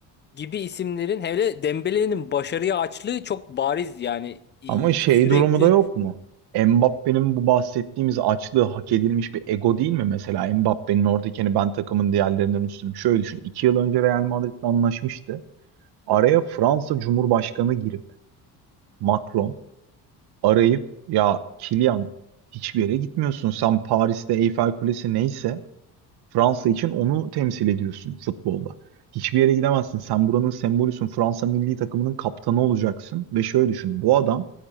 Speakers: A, on the left; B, on the right.
A: gibi isimlerin hele Dembele'nin başarıya açlığı çok bariz yani E,
B: Ama şey
A: sürekli
B: durumu da yok mu? Mbappe'nin bu bahsettiğimiz açlığı hak edilmiş bir ego değil mi? Mesela Mbappe'nin oradaki hani ben takımın diğerlerinden üstünüm. Şöyle düşün. iki yıl önce Real Madrid'le anlaşmıştı. Araya Fransa Cumhurbaşkanı girip Macron arayıp ya Kilian hiçbir yere gitmiyorsun. Sen Paris'te Eyfel Kulesi neyse Fransa için onu temsil ediyorsun futbolda. Hiçbir yere gidemezsin. Sen buranın sembolüsün. Fransa milli takımının kaptanı olacaksın. Ve şöyle düşün. Bu adam,